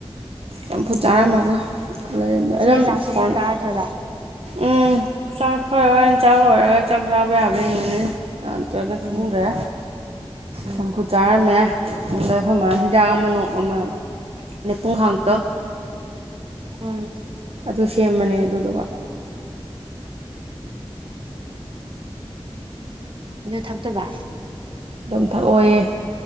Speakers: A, on the right; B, on the right.
A: ꯆꯝꯐꯨꯠ ꯆꯥꯔꯝꯃꯒ
B: ꯎꯝ
A: ꯂꯩꯔꯝꯕ
B: ꯉꯁꯤ
A: ꯑꯗꯨꯝ
B: ꯆꯥꯛꯁꯨ
A: ꯐꯣꯟ
B: ꯈꯔ ꯆꯥꯔꯗꯣꯏꯔꯥ
A: ꯎꯝ ꯆꯥꯛ ꯈꯔ ꯍꯣꯔꯦꯟ ꯆꯥꯛ ꯂꯣꯏꯔꯒ ꯆꯥꯛ ꯆꯕꯥ ꯌꯥꯕ꯭ꯔ ꯌꯦꯡꯉꯅꯤ ꯅꯠꯇ꯭ꯔꯒꯅ
B: ꯎꯝ
A: ꯈꯪꯗ꯭ꯔꯦ
B: ꯎꯝ
A: ꯆꯝꯐꯨꯠ ꯆꯥꯔꯝꯃꯦ ꯑꯩꯈꯣꯏ ꯃꯥ
B: ꯎꯝ
A: ꯍꯤꯗꯥꯛ ꯑꯃ ꯅꯣꯛ ꯑꯃ ꯂꯤꯄꯨꯡ ꯈꯥꯡꯗꯣ
B: ꯎꯝ
A: ꯑꯗꯨ ꯁꯦꯝꯃꯅꯦ ꯑꯗꯨꯗꯨꯒ
B: ꯑꯗꯨ ꯊꯛꯇꯨꯕ
A: ꯑꯗꯨꯝ ꯊꯛꯑꯣꯌꯦ